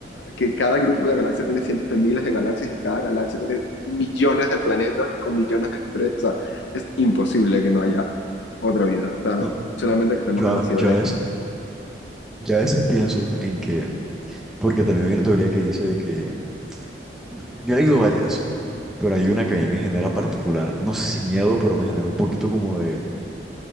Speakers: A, on the left (about 80°); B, in the centre.
A: que cada grupo de galaxias tiene cientos de miles de galaxias y cada galaxia tiene millones de planetas con millones de estrellas. O sea, es imposible que no haya otra vida. O sea,
B: No,
A: solamente que estamos
B: yo,
A: demasiado
B: a- yo
A: lejos.
B: a veces Ya a veces pienso en que, porque también hay una teoría que dice de que, yo he leído varias, pero hay una que a mí me genera particular, no sé si miedo, pero me genera un poquito como de,